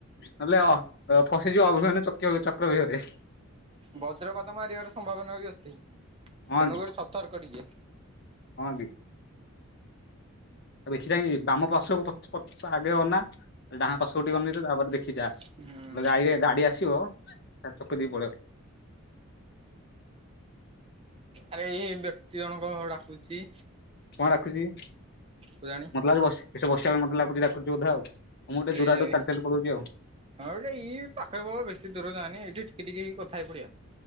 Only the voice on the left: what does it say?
ନହଲେ ଅ ଅ ଫସିଯିବ ଅଭିମନ୍ୟୁ ଚକିବିହ ଚକ୍ରବ୍ୟୁହରେ।
ହଁ
କି
ହଁ କି? ତାକୁ ଦେଖି ଚାହିଁକି ବାମ ପାର୍ଶ୍ୱକୁ ପଛ ପଛକୁ ଆଗେ ଅନା ଡାହାଣ ପାର୍ଶ୍ୱ କୁ ଟିକେ ଅନେଇ ଦେ ତାପରେ ଦେ ଦେଖିକି ଯା ନ
ହେଲେ ଗାଡି ଗାଡି ଆସିବ ଚାପ ଚପିଦେଇକି ପଳେଇବ।
କଣ ଡାକୁଚି?
ମତେ ଲାଗୁଚି ବସ୍ ସେଠି ବସିବା ପାଇଁ ମତେ ଲାଗୁଛି ଡାକୁଚି ବୋଧେ ଆଉ ମୁଁ ଟିକେ
ଦୂର
ଆଟକୁ ଚାଲି ଚାଲି ପଳଉଚି ଆଉ।